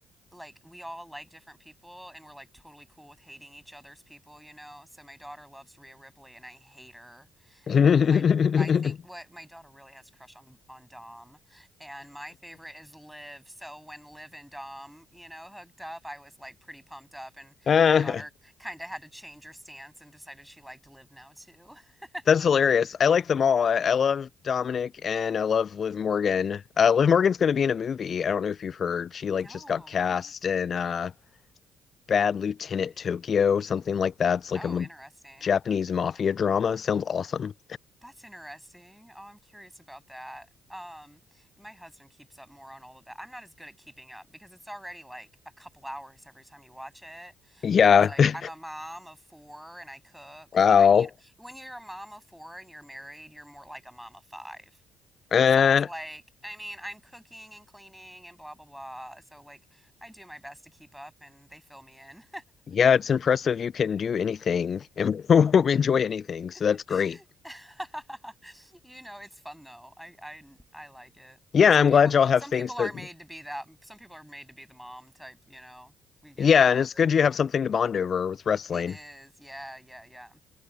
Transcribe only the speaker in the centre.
like we all like different people and we're like totally cool with hating each other's people, you know? So my daughter loves Rhea Ripley and I hate her.
My, I think what my daughter really has a crush on on Dom, and my favorite is Liv. So when Liv and Dom, you know, hooked up, I was like pretty pumped up, and
my daughter kind of had to change her stance and decided she liked Liv now too. <laughs>
No,
really?
Oh,
interesting.
That's interesting. Oh, I'm curious about that. Um, my husband keeps up more on all of that. I'm not as good at keeping up because it's already like a couple hours every time you watch it.
And it's like
I'm a mom of four and I cook
and I, you know, when you're a mom of four and you're married, you're more like a mom of five.
So it's like, I mean, I'm cooking and cleaning and blah blah blah. So like I do my best to keep up and they fill me in.
<laughs>
You know, it's fun though. I, I I like it.
Some
people
some
people
are made to be that. Some people are made to be the mom type, you know. We get
we love
it.
It is. Yeah, yeah, yeah.